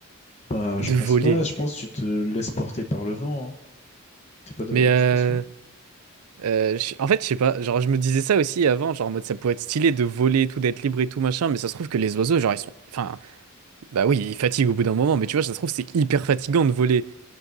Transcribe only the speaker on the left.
Bah,
je pense
pas. Je pense que tu te laisses porter par le vent. Hein. T'es pas de-
Tu penses pas?